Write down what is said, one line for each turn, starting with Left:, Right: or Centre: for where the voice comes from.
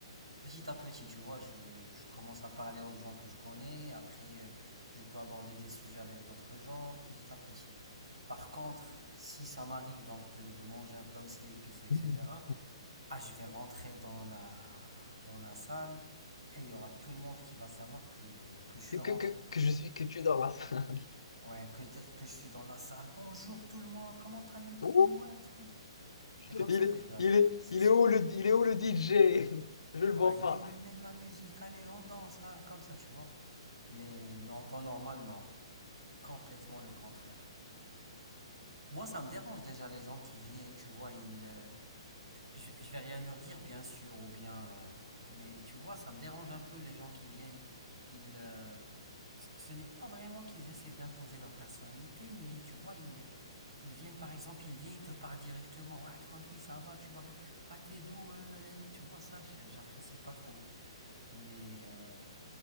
Right: petit à petit, tu vois. Je, je commence à parler aux gens que je connais. Après, euh, je peux aborder des sujets avec d'autres gens, petit à petit. Par contre, si ça m'arrive donc de, de manger un plat aussi épicé, etc.,
Left: <laughs>
Right: ah, je vais rentrer dans la, dans la salle et il y aura tout le monde qui va savoir que, que je suis rentré.
Left: Que, que, que je suis, que tu es dans la salle.
Right: Ouais, que, t'es- que je suis dans la salle. Bonjour tout le monde, comment allez-vous?
Left: <laughs>
Right: Ouais, tranquille. C'est
Left: Il,
Right: comme ça que je vais agir,
Left: il est,
Right: c'est
Left: il
Right: sûr.
Left: est où le, il est où le DJ? Je le vois
Right: Ouais,
Left: pas.
Right: il est où le mec de la musique? Allez, on danse, hein, comme ça, tu vois. Mais, mais en temps normal, non. Complètement le contraire. Moi, ça me dérange déjà les gens qui viennent, tu vois, ils, euh, je, je vais rien leur dire, bien sûr, ou bien, euh, mais tu vois, ça me dérange un peu les gens qui viennent, ils, euh, ce n'est pas vraiment qu'ils essaient d'imposer leur personnalité, mais tu vois, ils, ils viennent par exemple, ils viennent, ils te parlent directement. Ouais, tranquille, ça va, tu vois bien. Ah, t'es doux, euh, nanani. tu vois, ça, j'apprécie pas trop. Mais, euh,